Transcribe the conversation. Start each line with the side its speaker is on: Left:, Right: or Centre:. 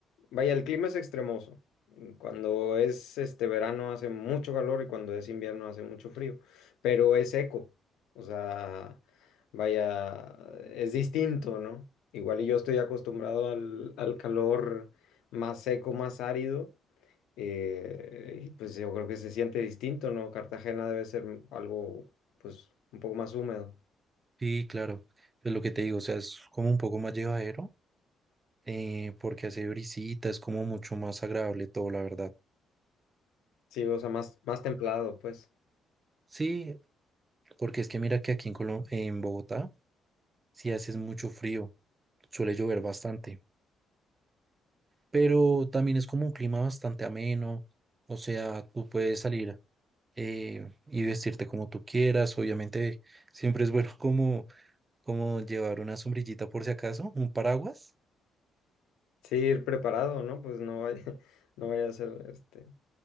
Left: Vaya, el clima es extremoso. Cuando es este verano hace mucho calor y cuando es invierno hace mucho frío, pero es seco. O sea, vaya, es distinto, ¿no? Igual y yo estoy acostumbrado al, al calor más seco, más árido. Eh, y pues yo creo que se siente distinto, ¿no? Cartagena debe ser algo, pues, un poco más húmedo.
Right: Sí, claro, es lo que te digo, o sea, es como un poco más llevadero, eh, porque hace brisita, es como mucho más agradable todo, la verdad.
Left: Sí, o sea, más, más templado, pues.
Right: Sí, porque es que mira que aquí en Colo- en Bogotá, sí haces mucho frío, suele llover bastante, pero también es como un clima bastante ameno, o sea, tú puedes salir eh, y vestirte como tú quieras, obviamente siempre es bueno <laughs> como como llevar una sombrillita por si acaso, un paraguas.
Left: Sí, ir preparado, ¿no? Pues no vaya, <laughs> no vaya a ser este,